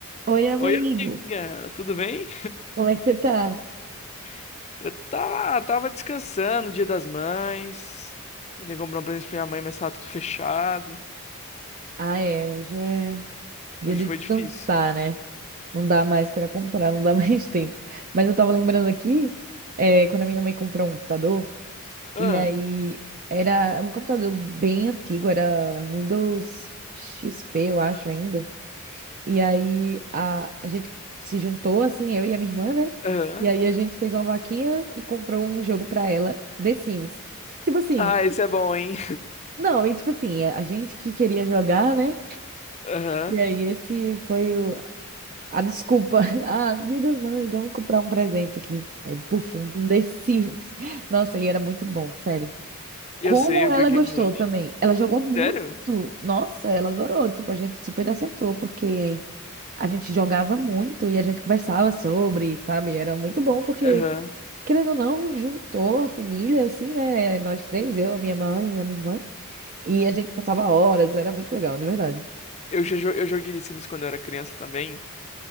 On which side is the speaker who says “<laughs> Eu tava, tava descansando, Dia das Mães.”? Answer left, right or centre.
Left